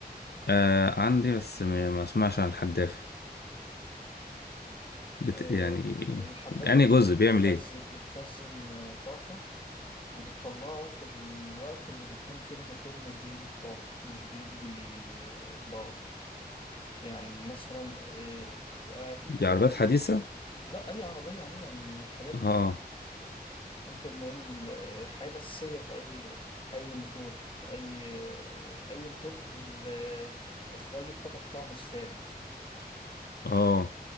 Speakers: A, on the left; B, on the left.
A: آه عندي بس ما ما اسمعش عن الحدافة بت...
B: آه،
A: يعني
B: الحدافة
A: انهي
B: دي
A: جزء
B: بتخزن
A: بيعمل ايه
B: بتخزن آه، طاقة وبتطلعها في الوقت اللي بيكون فيه الموتور مش بيدي طاقة مش بيدي آه، باور يعني مثلا آه، أكيد
A: دي
B: فاهم
A: عربيات حديثة
B: لا اي عربيه عموما الحاجات
A: اه
B: دي ممكن نقول حاجات اساسيه في اي اي موتور اي اي موتور ال- اخراج الطاقه بتاعه مش ثابت
A: اه